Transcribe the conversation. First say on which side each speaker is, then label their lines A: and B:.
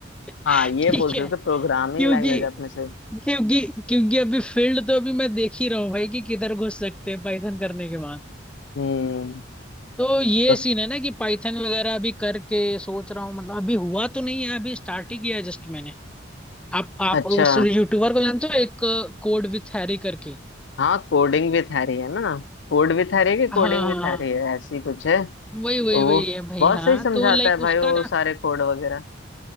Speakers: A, in the centre; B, on the left.
A: <laughs>
B: हाँ ये
A: ठीक
B: बोल सकते
A: है
B: प्रोग्रामिंग
A: क्योंकि
B: लैंग्वेज आपने से
A: क्योंकि क्योंकि अभी फील्ड तो अभी मैं देख ही रहा हूँ भाई कि किधर घुस सकते हैं पाइथन करने के बाद
B: हम्म
A: तो ये
B: तो
A: सीन है ना कि पाइथन वगैरह अभी करके सोच रहा हूँ मतलब अभी हुआ तो नहीं है अभी स्टार्ट ही किया है जस्ट मैंने आप आप
B: अच्छा
A: उस यूट्यूबर को जानते हो एक कोड विथ हैरी करके
B: हाँ कोडिंग भी आ रही है ना कोड भी आ रही है कि कोडिंग
A: हाँ हाँ
B: भी
A: हाँ
B: आ रही है ऐसी कुछ है
A: वही
B: तो
A: वही वही
B: वो
A: है भाई
B: बहुत
A: हाँ
B: सही समझाता
A: तो लाइक
B: है
A: उसका
B: भाई वो
A: ना
B: सारे कोड वगैरह